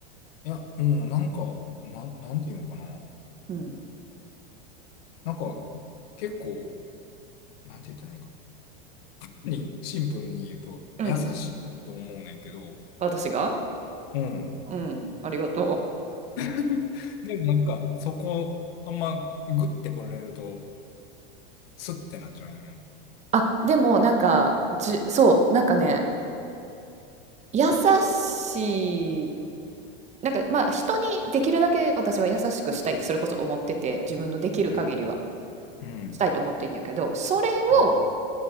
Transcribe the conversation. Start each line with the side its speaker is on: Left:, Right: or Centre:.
Left: や、うん、なんか、なん、なんていうんかな。
Right: うん。
Left: なんか、結構、なんて言ったらいいかな。に、シンプルに言うと、
Right: うん。
Left: 優しいと思うねんけど、
Right: 私が
Left: うん。
Right: うん。ありがとう。
Left: <laughs> でもなんか、そこ、あんま、グッて来られると、スッてなっちゃうんや。
Right: あ、でもなんか、じ、そう、なんかね、優しい、なんかまあ人にできるだけ私は優しくしたいってそれこそ思ってて、自分のできる限りは
Left: うん。うん。
Right: したいと思ってんやけど、それを
Left: うん。